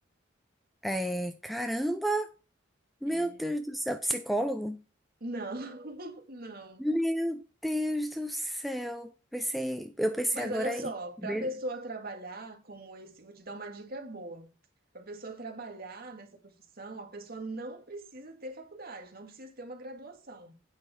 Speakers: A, in the centre; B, on the right.
A: É, caramba. Meu
B: é,
A: Deus do céu. Psicólogo?
B: não, <laughs> não.
A: Meu Deus do céu. Pensei, eu pensei
B: Mas
A: agora
B: olha só,
A: em
B: para
A: bombeiro.
B: a pessoa trabalhar como esse, vou te dar uma dica boa. Para a pessoa trabalhar nessa profissão, a pessoa não precisa ter faculdade, não precisa ter uma graduação.